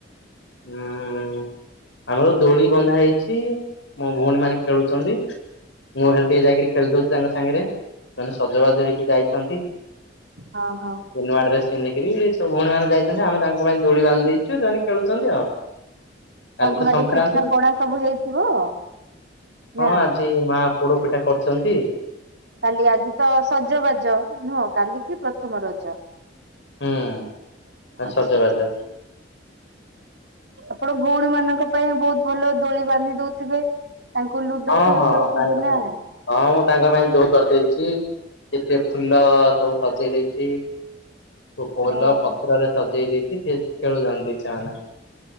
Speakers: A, on the left; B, on the right.
A: ହୁଁ ଆମର ଦୋଳି ବନ୍ଧା ହେଇଛି ମୋ ଭଉଣୀ ମାନେ ଖେଳୁଛନ୍ତି। ମୁଁ ହେଲେ ଟିକେ ଯାଇକିରି ଖେଳି ଦଉଛି ତାଙ୍କ ସାଙ୍ଗରେ ସୋନେ ସଜବାଜ ହେଇକି ଯାଇଛନ୍ତି।
B: ହଁ ହଁ।
A: ନୂଆ ଡ୍ରେସ୍ ପିନ୍ଧିକିରି ସବୁ ଭଉଣ ମାନ ଯାଇଛନ୍ତି ଆମ ତା ପାଇଁ ଦୋଳି ବାନ୍ଧି ଦେଇଛୁ ସେମାନେ ଖେଳୁଛନ୍ତି ଆଉ। କାଲି
B: ଆଉ
A: ତ
B: ଘରେ
A: ସଂକ୍ରାନ୍ତି
B: ପିଠା ପଣା ସବୁ ହେଇଥିବ
A: ହଁ
B: ନା?
A: ଆଜି ମା ପୋଡ ପିଠା କରୁଛନ୍ତି।
B: କାଲି ଆଜି ତ ସଜବାଜ ନୁହଁ କାଲି କି ପ୍ରଥମ ରଜ। ଆଛା
A: ହୁଁ ଆଉ ସଜବାଜ
B: ଆଛା। ଆପଣ ଭଉଣୀ ମାନଙ୍କ ପାଇଁ ବୋହୁତ୍ ଭଲ ଦୋଳି ବାନ୍ଧି ଦଉଥିବେ ତାଙ୍କୁ ଲୁଡୋ
A: ହଁ
B: ଖେଳ
A: ହଁ
B: ଖେଳୁଥିବେ
A: ତାଙ୍କ
B: ନା।
A: ପାଇଁ ହଁ ମୁଁ ତାଙ୍କ ପାଇଁ ଦୋଳି କରିଦେଇଛି। ଏତେ ଫୁଲ ସବୁ ସଜେଇଇଯାଇଛି ବୋଲ
B: ହଁ।
A: ପତ୍ରରେ ସଜେଇ ଦେଇଛି ସେ ଖେଳୁଛନ୍ତି ସେମାନେ।